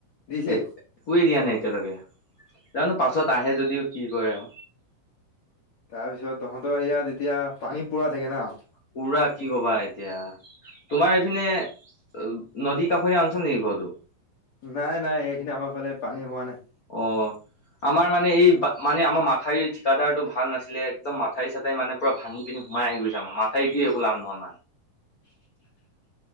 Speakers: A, on the left; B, on the left.
A: দিছে
B: একোৱে দিয়া নাই এতিয়ালৈকে, জানো পাছত আহে যদিও কি কৰে আও।
A: তাৰ পিছত তহঁতৰ ইয়াত এতিয়া পানী পোৰা চাগে ন?
B: পোৰা কি ক'বা এতিয়া। তোমাৰ এইপিনে অ' নদী কাষৰীয়া অঞ্চল নেকি ঘৰতো?
A: নাই নাই এইখিনি আমাৰ ফালে পানী হোৱা নাই।
B: অ'। আমাৰ মানে এই মানে আমাৰ মাথাইৰ ঠিকাদাৰটো ভাল নাছিলে, একদম মথাউৰি চাথাউৰি মানে পোৰা ভাঙি পিনে সোমাই আহি গৈছে, মথাউৰি দি একো লাভ নহল মানে।
A: <inaudible>